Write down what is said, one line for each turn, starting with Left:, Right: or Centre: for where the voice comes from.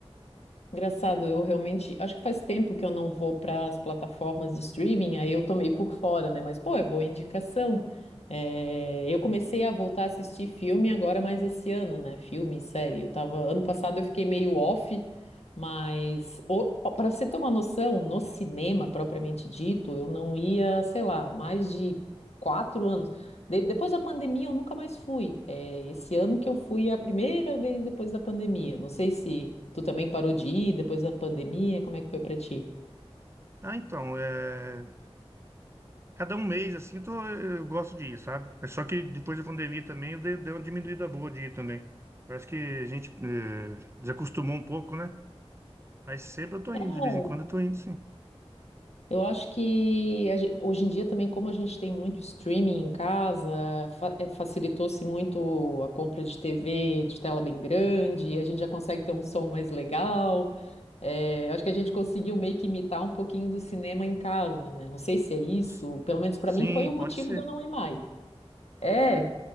Left: Engraçado, eu realmente acho que faz tempo que eu não vou para as plataformas de streaming, aí eu tomei por fora, né? Mas, pô, é boa indicação. É, eu comecei a voltar a assistir filme agora mais esse ano, né? Filme, série. Eu tava, ano passado eu fiquei meio off, mas para você ter uma noção, no cinema propriamente dito, eu não ia, sei lá, mais de quatro anos. De- depois da pandemia, eu nunca mais fui. É, esse ano que eu fui é a primeira vez depois da pandemia. Não sei se tu também parou de ir depois da pandemia, como é que foi pra ti?
Right: Ah, então, é... cada um mês, assim, eu, tô- eu gosto de ir, sabe? É só que depois da pandemia também eu dei, dei uma diminuída boa de ir também. Parece que a gente é, desacostumou um pouco, né? Mas sempre eu tô
Left: É,
Right: indo, de vez em quando eu tô indo, sim.
Left: Eu acho que a gen- hoje em dia também, como a gente tem muito streaming em casa, fa- eh, facilitou-se muito a compra de TV de tela bem grande, a gente já consegue ter um som mais legal. Eh, acho que a gente conseguiu meio que imitar um pouquinho do cinema em casa, né? Não sei se é isso,
Right: S-
Left: pelo menos para
Right: Sim,
Left: mim foi o motivo
Right: pode ser.
Left: de eu não ir mais. É,